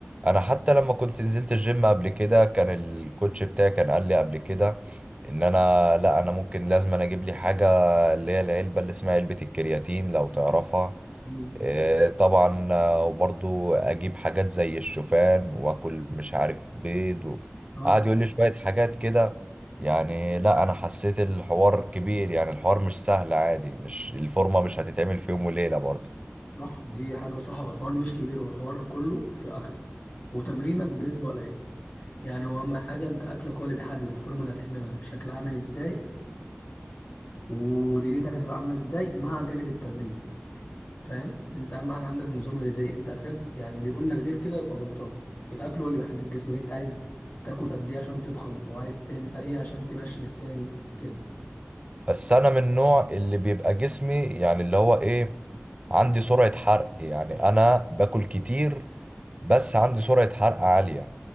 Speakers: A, on the right; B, on the left.
A: انا حتى لما كنت نزلت الجيم قبل كده كان الكوتش بتاعي كان قال لي قبل كده ان انا لا انا ممكن لازم انا اجيب لي حاجه اللي هي العلبه اللي اسمها علبه الكرياتين لو تعرفها
B: مم.
A: آه، طبعا آه، وبرضو اجيب حاجات زي الشوفان واكل مش عارف بيض و...
B: صح
A: قعد يقول لي شوية حاجات كده يعني لا انا حسيت الحوار كبير يعني الحوار مش سهل عادي مش الفورمة مش هتتعمل في يوم وليلة برضو
B: صح دي حاجة صح والحوار مش كبير والحوار كله في اكلك وتمرينك بنسبة قليلة يعني هو اهم حاجه انت اكلك هو اللي بيحدد الفورمه اللي هتعملها شكلها عامل ازاي ودنيتك هتبقى عامله ازاي مع جانب التمرين فاهم انت اهم حاجه عندك النظام الغذائي انت هترك يعني اللي يقول لك غير كده يبقى غلطان الاكل هو اللي بيحدد جسمك انت عايز تاكل قد ايه عشان تضخم وعايز تعمل ايه عشان تنشف تاني كده
A: بس انا من النوع اللي بيبقى جسمي يعني اللي هو ايه عندي سرعة حرق يعني انا باكل كتير بس عندي سرعة حرق عالية